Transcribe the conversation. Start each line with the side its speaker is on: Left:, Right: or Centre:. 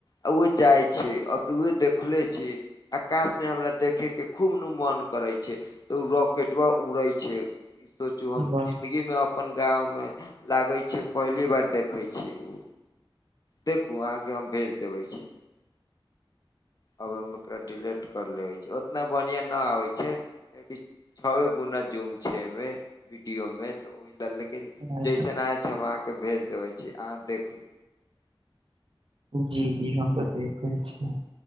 Left: आ उए जाइ छी अ तऽ उ देखले छी। आकाश में हमरा देखे के खूब नू मन। करै छै तऽ ओ रॉकेटा उड़ै छै ई सोचु हम
Right: वाह
Left: जिन्दगी
Right: जी
Left: मे अब। अपन गांव मे लागे छै पहली बार देखे छी ओ। देखु अहाके हम भेज देबैय छी। आब हम ओकरा डिलेट कर लेबैय छी ओतना बढ़िया नै आबैय छैय। कियाकि छबे गुना जुम छैय एवे वीडीयोमे तऽ ओह डाले। लेकिन
Right: अच्छा,
Left: जैसन आयल छैय हम अहाके भेज देबेय छी अहां देखलू।
Right: जी -जी हम तऽ देखैय छी